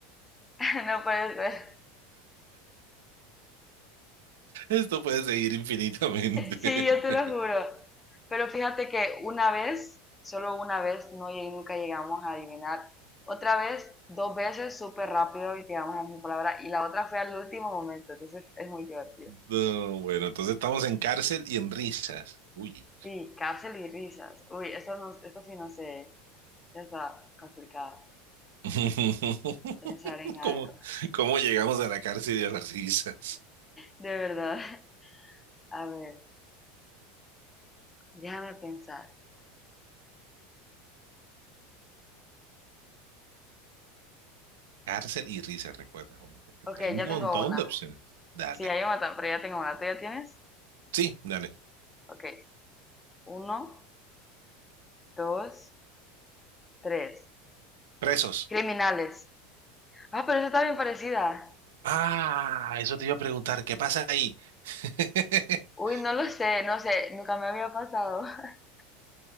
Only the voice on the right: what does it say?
Esto puede seguir infinitamente.
<laughs>
No, bueno, entonces estamos en cárcel y en risas. Uy.
<laughs>
¿Cómo, cómo llegamos a la cárcel y a las risas?
Cárcel y risa, recuerda.
Hay un
montón
de opciones. Dale.
Sí, dale.
Presos.
Ah, eso te iba a preguntar. ¿Qué pasa ahí? <laughs>